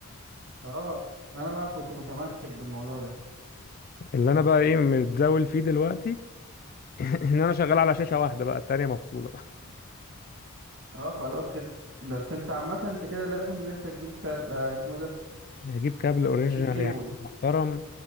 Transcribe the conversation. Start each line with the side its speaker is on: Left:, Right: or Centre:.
Right: اه انا بقى كنت متمسك بالموضوع ده
Left: اللي انا بقى ايه متزاول فيه دلوقتي <laughs> ان انا شغال على شاشة واحدة بقى التانية مفصولة
Right: اه خلاص كده بس انت عامة انت كده لازم ان انت تجيب كار... آه اسمه ايه ده
Left: هجيب كابل اوريجينال
Right: تجيب كيبل
Left: يعني محترم